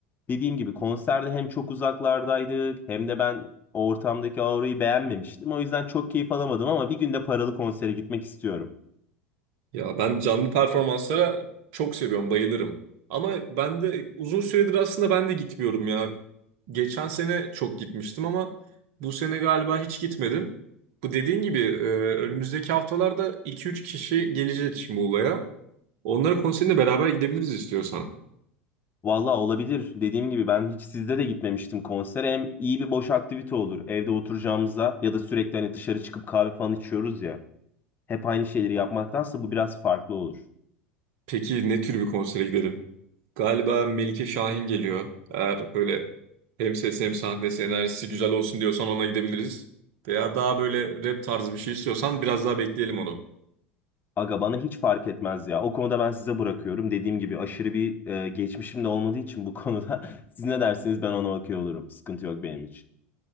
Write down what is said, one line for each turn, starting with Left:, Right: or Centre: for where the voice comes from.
Left: dediğim gibi konserde hem çok uzaklardaydık hem de ben o ortamdaki aurayı beğenmemiştim. O yüzden çok keyif alamadım ama bir gün de paralı konsere gitmek istiyorum.
Right: Ya ben canlı performanslara çok seviyorum, bayılırım. Ama ben de uzun süredir aslında ben de gitmiyorum ya. Geçen sene çok gitmiştim ama bu sene galiba hiç gitmedim. Bu dediğin gibi e, önümüzdeki haftalarda iki üç kişi gelecek Muğla'ya. Onlara konserine beraber gidebiliriz istiyorsan.
Left: Vallahi olabilir. Dediğim gibi ben hiç sizde de gitmemiştim konsere. Hem iyi bir boş aktivite olur. Evde oturacağımıza ya da sürekli hani dışarı çıkıp kahve falan içiyoruz ya. Hep aynı şeyleri yapmaktansa bu biraz farklı olur.
Right: Peki ne tür bir konsere gidelim? Galiba Melike Şahin geliyor. Eğer böyle hem ses hem sahne enerjisi güzel olsun diyorsan ona gidebiliriz. Veya daha böyle rap tarzı bir şey istiyorsan biraz daha bekleyelim onu.
Left: Aga bana hiç fark etmez ya. O konuda ben size bırakıyorum. Dediğim gibi aşırı bir e, geçmişim de olmadığı için bu konuda <laughs> siz ne dersiniz ben ona okuyor olurum. Sıkıntı yok benim için.